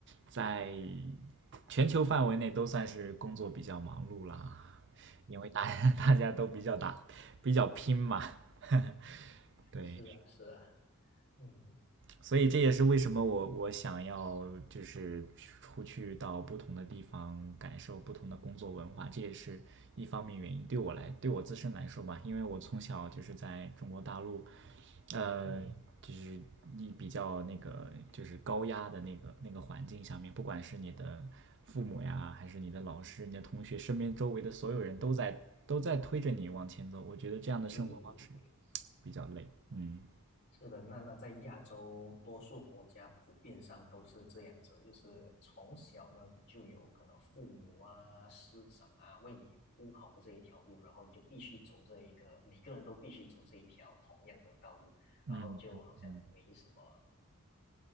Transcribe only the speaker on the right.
在全球范围内都算是工作比较忙碌啦，因为大家 <laughs> 大家都比较打比较拼嘛。<laughs> 对，
所以这也是为什么我我想要就是出去到不同的地方，感受不同的工作文化，这也是一方面原因。对我来，对我自身来说吧，因为我从小就是在中国大陆，呃，
就是你比较那个就是高压的那个那个环境下面，不管是你的父母呀，还是你的老师、你的同学，身边周围的所有人都在都在推着你往前走。我觉得这样的生活方式
比较累。嗯
嗯嗯嗯。